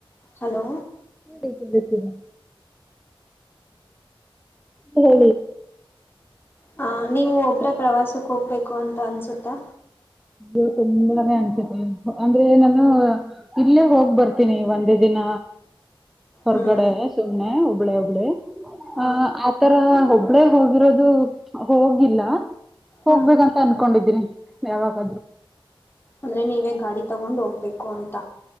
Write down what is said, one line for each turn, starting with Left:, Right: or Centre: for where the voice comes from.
Left: ಹಲೋ
Centre: <unintelligible> ಹಿ
Left: ಹ ನೀವು ಒಬರ ಪ್ರವಾಸಕ್ಕೆ ಹೋಗ್ಬೇಕು ಅಂತ ಅನ್ಸುತ್ತಾ
Centre: ಅದು ತುಂಬಾನೇ ಅನ್ಸಿದೆ ಅಂದ್ರೆ ನಾನು ಇಲ್ಲೇ ಹೋಗ್ ಬರ್ತೀನಿ ಒಂದೇ ದಿನ ಹೊರಗಡೆ
Left: ಹ್ಮ್
Centre: ಸುಮನೆ ಹಬ್ಳೆ ಒಬ್ಳಿ
Left: ಹಾ
Centre: ಆ ಆತರ ಒಬ್ಬಳೆ ಹೋಗಿರೋ ಅದು ಹೋಗಿಲ್ಲ ಹೋಗ್ಬೇಕಂತ
Left: ಹಾ
Centre: ಅನ್ಕೊಂಡಿದ್ದೀನಿ ಯಾವಾಗ
Left: ಅಂದ್ರೆ ನೀವೇ ಗಾಡಿ ತಗೊಂಡ್ ಹೋಗ್ಬೇಕು ಕೊಂಂತ